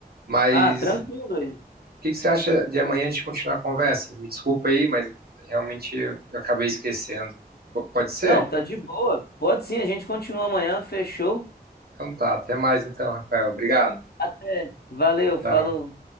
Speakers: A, on the right; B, on the left.
A: mas
B: Ah, tranquilo
A: o
B: aí.
A: que que você acha de amanhã a gente continuar a conversa? Me desculpa aí, mas realmente eu, eu acabei esquecendo. P- pode ser?
B: Não, tá de boa. Pode sim, a gente continua amanhã. Fechou?
A: Então tá, até mais então, Rafael. Obrigado.
B: Até. Valeu, falou.
A: Tchau.